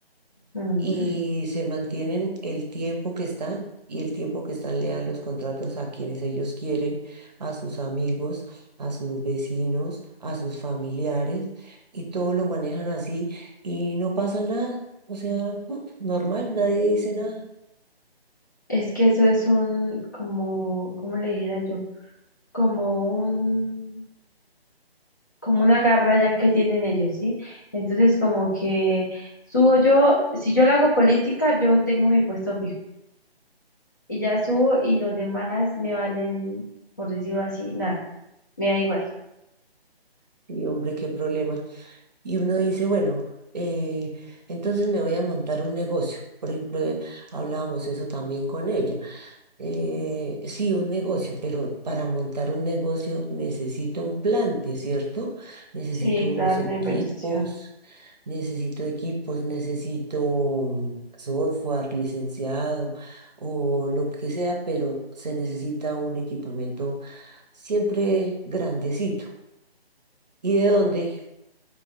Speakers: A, on the left; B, on the right.
A: Mm.
B: y se mantienen el tiempo que están y el tiempo que están le dan los contratos a quienes ellos quieren, a sus amigos, a sus vecinos, a sus familiares y todo lo manejan así y no pasa nada. O sea, mm, normal, nadie dice nada.
A: Es que eso es un, como, ¿cómo le dijera yo? Como un... como una garra ya que tienen ellos, ¿sí? Entonces, como que subo yo, si yo le hago política, yo tengo mi puesto fijo y ya subo y los demás me valen, por decirlo así, nada, me da igual.
B: Y hombre, qué problema. Y uno dice, bueno, eh, entonces me voy a montar un negocio. Por ejemplo, eh, hablábamos eso también con ella. eh, sí, un negocio, pero para montar un negocio necesito un plante, ¿cierto? Necesito
A: Sí,
B: unos
A: claro,
B: equipos,
A: una inversión.
B: necesito equipos, necesito mm, software licenciado o lo que sea, pero se necesita un equipamiento siempre grandecito. ¿Y de dónde?